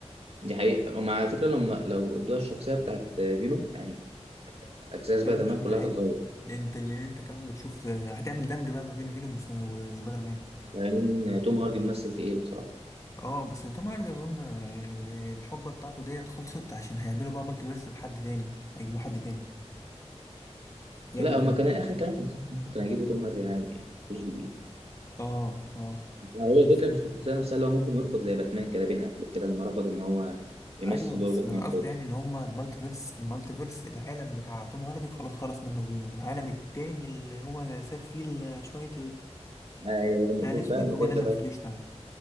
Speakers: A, on the right; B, on the left.
A: دي حقيقه ومع على فكره لو لو ادوها الشخصيه بتاعت آه، فينوم يعني اجزاء
B: هتعمل
A: سبايدر مان
B: شغل
A: كلها
B: عالي
A: هتتغير
B: لأن انت اللي انت كمان بتشوف هتعمل دمج بقى ما بين فينوم وس- وسبايدر مان
A: لان يعني توم هاردي ممثل تقيل بصراحه
B: اه بس توم هاردي اظن ال- الحقبه بتاعته ديت خلصت عشان هيعملوا بقى مالتي فيرس بحد تاني هيجيبوا حد تاني يعمل
A: لا
B: فيه
A: هما كان اخر كلام كان كان هيجيبوا توم هاردي عادي يعني مفيش جديد
B: اه اه
A: هو الفكرة
B: بس
A: في الشخصية نفسها اللي هو ممكن يرفض زي باتمان كده بين قبل كده لما رفض إن هو يمثل
B: ايوه بس
A: دور باتمان
B: انا قصدي
A: تاني
B: يعني ان هما المالتي فيرس المالتي فيرس العالم بتاع توم هاردي خلاص خلص منه فينوم العالم التاني اللي هو ساب فيه ال- شويه
A: أيوه
B: بتاع
A: المفروض
B: الاسود
A: بقى إنه
B: هو
A: تبدأ
B: ده اللي المفروض
A: بقى
B: يشتغل